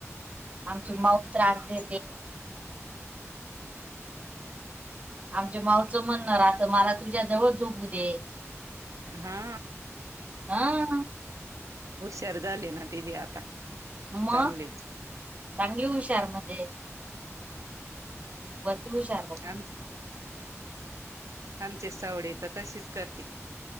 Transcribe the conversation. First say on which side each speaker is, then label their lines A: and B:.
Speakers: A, on the right; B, on the right.
A: आमची मऊ त्रास देते. आमच्या मावचं म्हणणं राहतं मला तुझ्या जवळ झोपू दे.
B: हा.
A: हा
B: हुशर झाले ना ती बी आता.
A: मग
B: चांगलेच
A: चांगली हुशार म्हणजे बघू सार बघ
B: कामच आमचे सावडे येतात तशीच करते